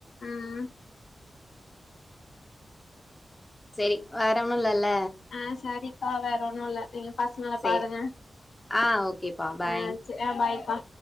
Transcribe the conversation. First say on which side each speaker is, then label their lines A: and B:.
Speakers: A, on the left; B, on the left.
A: ம்
B: சேரி வேற ஒன்னு இல்லல்ல
A: அ சரிக்கா வேற ஒன்னு இல்ல நீங்க பசங்கள
B: சே
A: பாருங்க
B: ஆ ஓகேப்பா பாய்
A: அ து அ பாய்க்கா